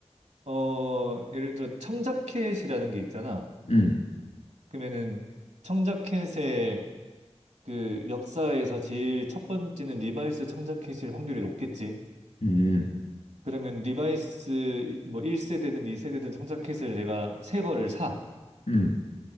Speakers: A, on the right; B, on the left.
A: 어, 예를 들어 청자켓이라는 게 있잖아.
B: 음,
A: 그러면은 청자켓의 그 역사에서 제일 첫 번째는 리바이스 청자켓일 확률이 높겠지.
B: 음,
A: 그러면 리바이스 뭐 1세대든 2세대든 청자켓을 내가 새 거를 사.
B: 음.